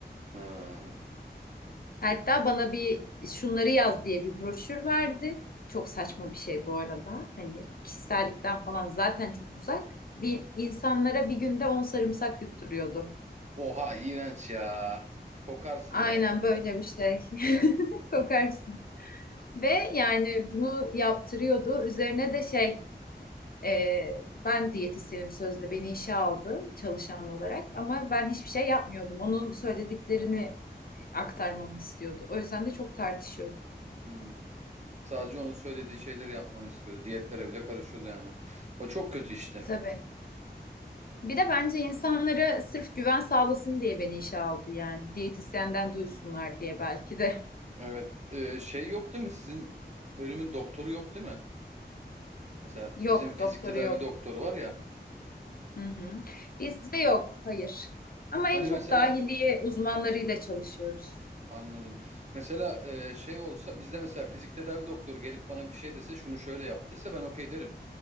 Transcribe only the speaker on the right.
Ha.
Oha iğrenç ya. Kokarsın
be.
Hmm. Sadece onun söylediği şeyleri yapmanı istiyordu. Diyetlere bile karışıyordu yani. O çok kötü işte.
Evet. Ee, şey yok değil mi? Sizin bölümün doktoru yok değil mi? Mesela
bizim fizik
tedavi
doktoru var ya.
Hani
mesela
anladım. Mesela e, şey olsa bizde mesela fizik tedavi doktoru gelip bana bir şey dese şunu şöyle yap dese ben okey derim.